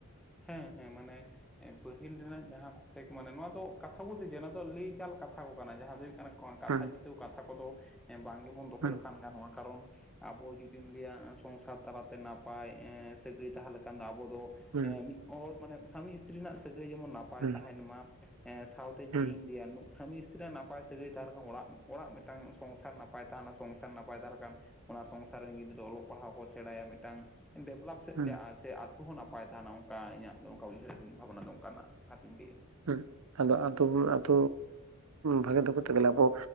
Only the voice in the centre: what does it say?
ᱦᱮᱸ ᱦᱮᱸ ᱢᱟᱱᱮ? ᱯᱟᱹᱦᱤᱞ ᱨᱮᱱᱟᱜ ᱡᱟᱦᱟᱸ ᱠᱚᱛᱮᱠ ᱢᱟᱱᱮ ᱱᱚᱣᱟ ᱫᱚ ᱠᱟᱛᱷᱟ ᱫᱤᱡᱟ ᱱᱚᱣᱟ ᱫᱚ ᱞᱟᱹᱭ ᱪᱟᱞ ᱠᱟᱛᱷᱟ ᱠᱚ ᱠᱟᱱᱟ ᱡᱟᱦᱟᱸ ᱫᱚ ᱦᱩᱭᱩᱜ ᱠᱟᱱᱟ ᱠᱟᱛᱷᱟ
ᱡᱤᱛᱟᱹᱣ ᱠᱟᱛᱷᱟ ᱠᱚᱫᱚ ᱵᱟᱝ ᱜᱮᱵᱚᱱ ᱫᱚᱦᱚ
ᱞᱮᱠᱷᱟᱱ ᱜᱟᱱᱚᱜᱼᱟ᱾ ᱠᱟᱨᱚᱱ ᱟᱵᱚ ᱡᱩᱫᱤᱢ ᱞᱟᱹᱭᱟ ᱥᱚᱝᱥᱟᱨ ᱛᱟᱞᱟᱛᱮ ᱱᱟᱯᱟᱭ ᱮᱸ ᱥᱟᱹᱜᱟᱹᱭ ᱛᱟᱦᱚᱞᱮ ᱠᱷᱟᱱ ᱫᱚ ᱟᱵᱚ ᱫᱚ᱾
ᱮᱸ ᱢᱤᱫ ᱦᱚ ᱢᱟᱱᱮ ᱥᱟᱢᱤ ᱤᱥᱛᱤᱨᱤ ᱨᱮᱱᱟᱜ ᱥᱟᱹᱜᱟᱹᱭ ᱡᱮᱢᱚᱱ ᱱᱟᱯᱟᱭ
ᱱᱟᱯᱟᱭ ᱛᱟᱦᱮᱱ ᱢᱟ ᱥᱟᱶᱛᱮ
ᱪᱤᱫ ᱤᱧ ᱞᱟᱹᱭᱟ ᱥᱟᱢᱤ ᱱᱟᱯᱟᱭ ᱥᱟᱹᱜᱟᱹᱭ ᱛᱟᱦᱮᱸᱞᱮᱠᱷᱟ ᱚᱲᱟᱜ ᱚᱲᱟᱜ ᱢᱤᱫᱴᱟᱝ ᱥᱚᱝᱥᱟᱨ ᱱᱟᱯᱟᱭ ᱛᱟᱦᱮᱱᱟ᱾ ᱥᱚᱝᱥᱟᱨ ᱱᱟᱯᱟᱭ ᱛᱟᱦᱚᱞᱮ ᱠᱷᱟᱱ ᱚᱱᱟ ᱥᱚᱝᱥᱟᱨ ᱨᱮᱱ ᱜᱤᱫᱽᱨᱟᱹ ᱚᱞᱚᱜ ᱯᱟᱲᱦᱟᱣ ᱠᱚ ᱥᱮᱬᱟᱭᱟ ᱢᱤᱫᱴᱟᱝ ᱰᱮᱵᱷᱞᱚᱯ ᱥᱮᱫ
ᱪᱟᱜ ᱥᱮ ᱟᱛᱦ ᱦᱚᱸ ᱱᱟᱯᱟᱭ ᱛᱟᱦᱮᱱᱟ᱾ ᱚᱝᱠᱟ ᱤᱧᱟᱹᱜ ᱫᱚ ᱚᱱᱠᱟ ᱩᱭᱦᱟᱹᱨ ᱵᱷᱟᱵᱽᱱᱟ ᱫᱚ ᱚᱱᱠᱟᱱᱟᱜ ᱠᱟᱛᱷᱟᱧ ᱞᱟᱹᱭᱟ᱾